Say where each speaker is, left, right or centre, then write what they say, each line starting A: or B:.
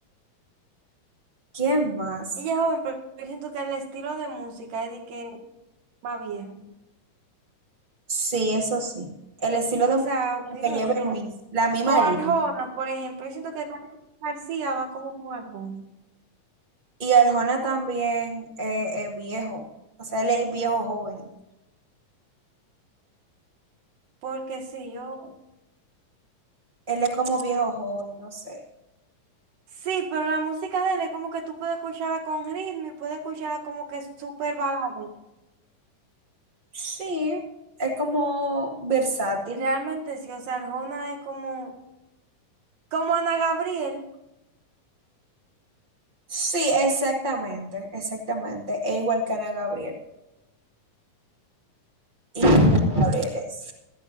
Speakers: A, on the right (about 30°); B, on the right (about 75°).
A: ¿Quién más?
B: Ella es joven, pero yo siento que el estilo de música es de que más viejo.
A: Sí, eso sí. El estilo
B: O
A: de música
B: sea,
A: como
B: opino
A: que lleva
B: yo.
A: el mismo, la misma
B: O Arjona,
A: línea.
B: por ejemplo, yo siento que Carlos García va como con Arjona.
A: Y Arjona también eh, es viejo, o sea, él es viejo joven.
B: Porque sí, yo...
A: Él es como viejo joven, no sé.
B: Sí, pero la música de él es como que tú puedes escucharla con ritmo y puedes escucharla como que súper balada.
A: Sí, es como versátil.
B: Realmente sí, o sea, Arjona es como, como Ana Gabriel,
A: Sí, exactamente, exactamente. Es igual que Ana Gabriel. Igual que Ana Gabriel es.